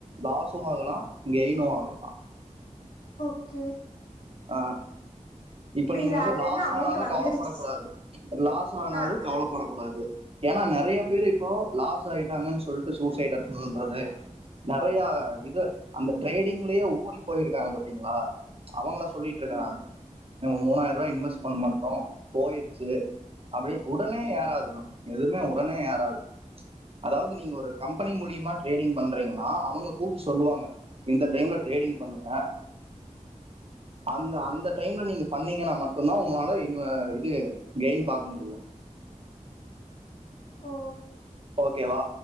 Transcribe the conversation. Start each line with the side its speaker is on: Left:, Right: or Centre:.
Right: லாஸும் ஆகலா கெய்னு ஆகலா
Left: ஓகே
Right: ஆ இப்ப நீங்க
Left: இது
Right: வந்து
Left: அதுல
Right: லாஸ்
Left: இருந்து அமௌண்ட்
Right: ஆனாலு
Left: வந்துருச்சு
Right: கவலப்படக் கூடாது லாஸ் ஆனாலு
Left: ஆ
Right: கவலப்படக்
Left: அது தெரியு
Right: கூடாது ஏன்னா நெறைய பேரு இப்போ லாஸ் ஆயிட்டாங்கன் சொல்ட்டு சூசைட் அட்டன் பண்றது நெறையா இத அந்த ட்ரேடிங்லயே ஊறி போயிருக்காங்க பாத்தீங்களா அவங்கள சொல்லிட்ருக்கே
Left: ம்
Right: நானு நம்ம மூணாயிர ரூவா இன்வெஸ்ட் பண்ண மாட்டோ போயிருச்சி அப்டினு உடனே
Left: ம்
Right: யாராவதுன்னு எதுவுமே உடனே யாராது அதாவது நீங்க ஒரு கம்பெனி மூலியமா ட்ரேடிங் பண்றீங்கன்னா அவுங்க கூப்ட்டு சொல்லுவாங்க இந்த டைம்ல ட்ரேடிங் பண்ணுங்க அந்த அந்த டைம்ல நீங்க பண்ணீங்கன்னா மட்டுந்தா உங்களால இன்ன இது கெயின் பாக்க முடியு
Left: ஓ
Right: ஓகேவா